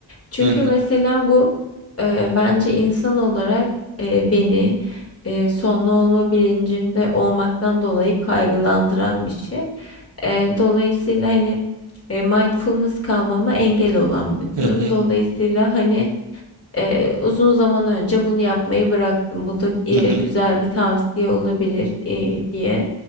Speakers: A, on the left; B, on the right.
A: Çünkü
B: hı hı,
A: mesela bu eee, bence insan olarak eee, beni eee, sonlu olma bilincinde olmaktan dolayı kaygılandıran bir şey. Eee, dolayısıyla hani e, mindfulness kalmama engel olan bir durum.
B: hı hı,
A: Dolayısıyla hani e, uzun zaman önce bunu yapmayı bıraktım. Bu da e,
B: hı hı.
A: güzel bir tavsiye olabilir e, diye